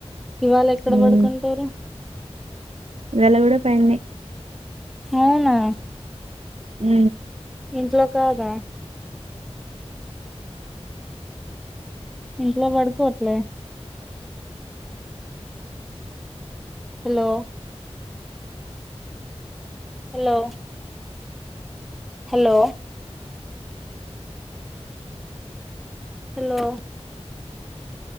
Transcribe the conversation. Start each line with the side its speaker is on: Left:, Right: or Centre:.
Centre: ఇవాళ ఎక్కడ
Right: మ్మ్
Centre: పడుకుంటారు.
Right: ఇవాళ గుడా పైన్నే
Centre: అవునా
Right: మ్
Centre: ఇంట్లో కాదా ఇంట్లో పడుకోవట్లే? హలో! హలో! హలో! హలో!